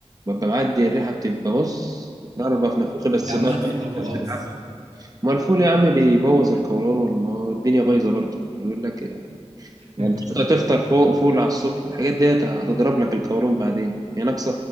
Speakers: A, on the right; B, on the right.
A: ببقى معدي الريحة بتبقى بص ضربة في نفوخي بس
B: يا عم
A: ببقى
B: هات فول
A: نفسي
B: وخلاص
A: نفسي بالعافية ما الفول يا عم بيبوظ القولون ما هو الدنيا بايظة برضه بيقول لك يعني يعني
B: <laughs>
A: تفطر تفطر فوق فول على الصبح الحاجات ديت هتضرب لك القولون بعدين هي يعني